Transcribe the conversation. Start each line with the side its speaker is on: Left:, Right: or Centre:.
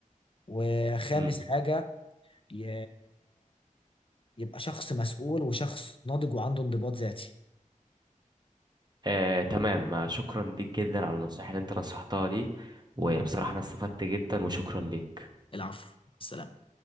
Left: وخامس
Right: مم.
Left: حاجة ي... يبقى شخص مسؤول وشخص ناضج وعنده انضباط ذاتي
Right: آه، تمام آه، شكرا ليك جدا على النصائح اللي انت نصحتها دي وبصراحة انا استفدت جدا وشكرا ليك
Left: العفو السلام